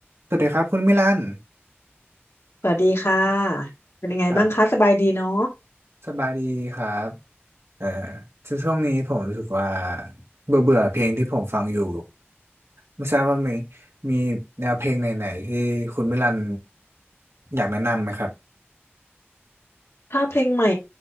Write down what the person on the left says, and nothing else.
สวัสดีค่ะ เป็นยังไงบ้างคะสบายดีเนาะ
ถ้าเพลงใหม่